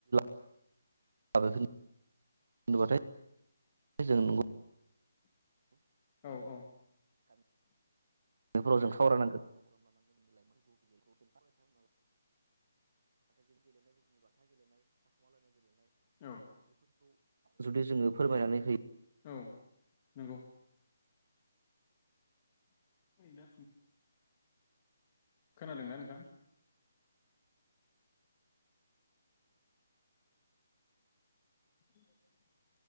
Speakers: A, on the right; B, on the left.
A: <unintelligible>
B: औ औ।
A: <unintelligible> बेैफोरखौ
B: औ
A: जुदि जोङो फोरमायनानै होयो
B: औ नंगौ। <inaudible> खोनादोंना नोंथां? <unintelligible>